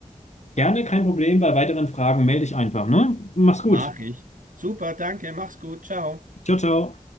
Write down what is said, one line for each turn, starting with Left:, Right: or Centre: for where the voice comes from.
Left: Gerne, kein Problem. Bei weiteren Fragen melde dich einfach, ne? Mach's gut.
Right: Nachricht. Super, danke, mach's gut, ciao.
Left: Ciao, ciao.